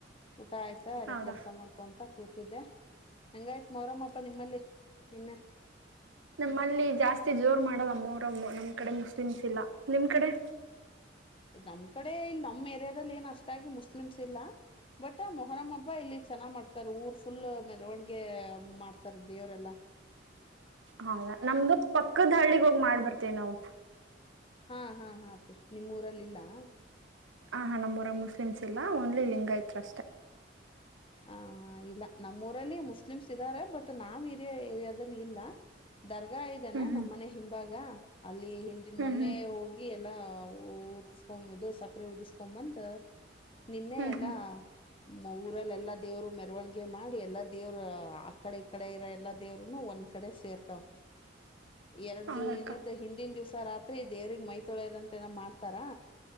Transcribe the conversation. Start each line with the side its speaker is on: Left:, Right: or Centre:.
Left: ಊಟ ಆಯ್ತಾ ಅದ
Right: ಹೌದಾ
Left: ಕೆಲ್ಸ ಮಾಡ್ಕೊಂತ ಕೂತಿದ್ದೆ ಹೆಂಗಾಯ್ತ್ ಮೊರಮ್ಮಪ್ಪ ನಿಮ್ಮಲ್ಲಿ ಇನ್ನ
Right: ನಮ್ಮಲ್ಲಿ ಜಾಸ್ತಿ ಜೋರ್ ಮಾಡಲ್ಲ ಮ್ಮೊಹರಮ್ಮ ನಮ್ ಕಡೆ ಮುಸ್ಲಿಮ್ಸ್ ಇಲ್ಲ ನಿಮ್ ಕಡೆ
Left: ಹ ನಮ್ ಕಡೆ ಇಲ್ಲಿ ನಮ್ಮ್ ಏರಿಯಾದಲ್ಲಿ ಏನು ಅಷ್ಟಾಗಿ ಮುಸ್ಲಿಮ್ಸ್ ಇಲ್ಲ ಬಟ್ ಮೊಹರಂ ಹಬ್ಬಾ ಇಲ್ಲಿ ಚೆನ್ನಾಗ್ ಮಾಡ್ತಾರ ಊರ್ ಫುಲ್ ಮೆರವಣಿಗೆ ಮಾಡ್ತಾರ ದೇವರೆಲ್ಲಾ
Right: ಹೌದಾ ನಮ್ದು ಪಕ್ಕದ ಹಳ್ಳಿಗ್ ಹೋಗ್ ಮಾಡಿ ಬರ್ತೇವ ನಾವು
Left: ಹಾ ಹಾ ಹಾ ಪಷ ನಿಮ್ಮ ಊರಲ್ಲಿಲ್ಲಾ
Right: ಹ ಹಾ ನಮ್ಮೂರಲ್ಲಿ ಮುಸ್ಲಿಮ್ಸ್ ಇಲ್ಲಾ ಓನಲಿ ಲಿಂಗಾಯತ್ ಅಷ್ಟೇ
Left: ಹಾ ಇಲ್ಲ ನಮ್ಮ್ ಊರಲ್ಲಿ ಮುಸ್ಲಿಮ್ಸ್ ಇದಾರೆ ಬಟ್ ನಾವ ಇರಯ ಏರಿಯಾದಲ್ಲಿ ಇಲ್ಲಾ ದ ಆ ಇದಾನ
Right: ಹ್ಮ್ ಹ್ಮ್
Left: ನಮ್ಮ್ ಮನೆ ಹಿಂಭಾಗ ಅಲ್ಲಿ ಹಿಂದಿನ
Right: ಹ್ಮ್
Left: ಮೊನ್ನೆ
Right: ಹ್ಮ್
Left: ಹೋಗಿ ಎಲ್ಲಾ ಉದಸ್ಕೊ ಇದು ಸಕ್ಕರೆೆ ಉದಿಸಕೊ ಬಂದ ನಿನ್ನೆ
Right: ಹ್ಮ್
Left: ಎಲ್ಲಾ
Right: ಹ್ಮ್
Left: ಮು ಎಲ್ಲಾ ದೇವ್ರು ಮೆರವಣಿಗೆ ಮಾಡಿ ಎಲ್ಲಾ ದೇವರು ಆ ಕಡೆ ಈ ಕಡೆ ಇರೋ ಎಲ್ಲಾ ದೇವರು ಒಂದ್ ಕಡೆ ಸೇರಿ ಇರ್ತಾವ ಎರಡ್
Right: ಹೌದಕ್ಕ
Left: ದಿನದ ಹಿಂದಿನ ದಿವ್ಸ ರಾತ್ರಿ ದೇವ್ರಿಗೆ ಮೈ ತೊಳದಂತ ಏನ ಮಾಡ್ತಾರಾ